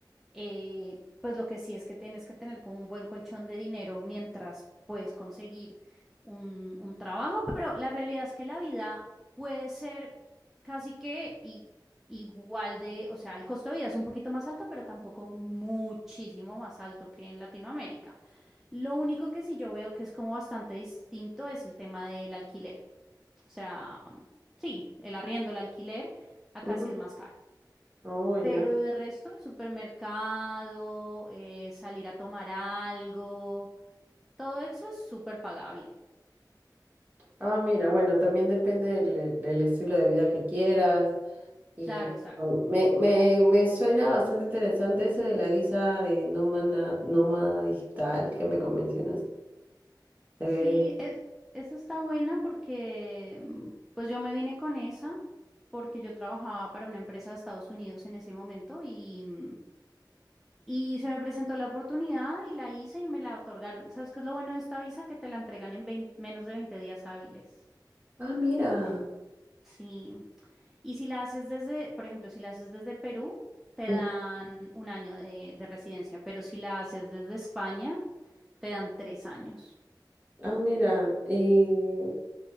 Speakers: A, in the centre; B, on the right.
A: eh, pues lo que sí es que tienes que tener como un buen colchón de dinero mientras puedes conseguir un, un trabajo, pero la realidad es que la vida puede ser casi que i- igual de, o sea, el costo de vida es un poquito más alto, pero tampoco muchísimo más alto que en Latinoamérica. Lo único que sí yo veo que es como bastante distinto es el tema del alquiler. O sea, sí, el arriendo, el alquiler, acá
B: ujú.
A: sí es más caro.
B: Oh, ya.
A: Pero de resto, el supermercado, eh, salir a tomar algo, todo eso es súper pagable.
B: Ah, mira, bueno, también depende del, el- el estilo de vida que quieras. Y
A: Claro, exacto.
B: oh, me, me, me suena bastante interesante eso de la visa de nómada, nómada digital que me convencionas. Se
A: Sí,
B: ve-
A: es, eso está buena porque mm, pues yo me vine con esa porque yo trabajaba para una empresa de Estados Unidos en ese momento y, mm, y se me presentó la oportunidad y la hice y me la otorgaron. ¿Sabes qué es lo bueno de esta visa? Que te la entregan en 20 menos de 20 días hábiles.
B: Ah, mira.
A: En- sí. Y si la haces desde, por ejemplo, si la haces desde Perú, te
B: Mm,
A: dan un año de, de residencia, pero si la haces desde España, te dan tres años.
B: Ah, mira. Y